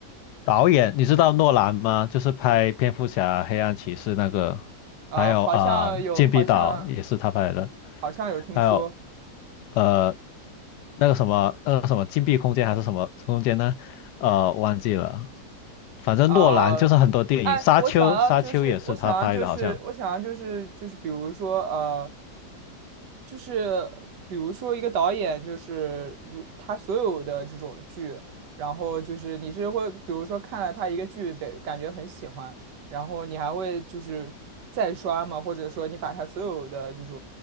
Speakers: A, on the left; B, on the right.
A: 导演，你知道诺兰吗？就是拍蝙蝠侠、黑暗骑士那个，
B: 啊、
A: 还有啊、
B: 好像有，
A: 呃禁闭岛也是他拍的，
B: 好像好像有听说。
A: 还有呃那个什么那个什么禁闭空间还是什么空间呢？呃，忘记了。反正诺兰就是很多电影，
B: 啊，哎，
A: 《沙丘》《沙丘》也是他拍的，
B: 我想要就是我想要就是我想要就是就是比如说呃。
A: 好像。
B: 就是比如说一个导演，就是如他所有的这种剧，然后就是你是会，比如说看了他一个剧，被感觉很喜欢，然后你还会就是再刷吗？或者说你把他所有的就是